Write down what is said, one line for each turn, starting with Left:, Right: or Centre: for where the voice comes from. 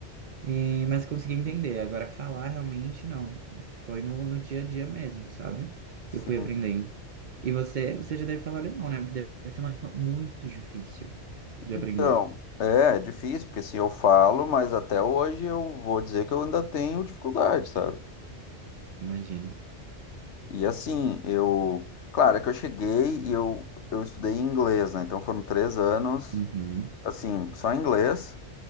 Right: e, mas consegui entender. Agora, falar realmente não, foi no, no dia a dia mesmo, sabe?
Left: Sim.
Right: Que eu fui aprendendo. E você, você já deve falar alemão, né? Porque Deve ser uma língua muito difícil de
Left: Então,
Right: aprender,
Left: é, é difícil, porque assim, eu falo, mas até hoje eu vou dizer que eu ainda tenho dificuldade, sabe?
Right: imagino.
Left: E assim, eu. Claro, é que eu cheguei e eu, eu estudei inglês, né? Então foram três anos,
Right: Uhum,
Left: assim, só inglês.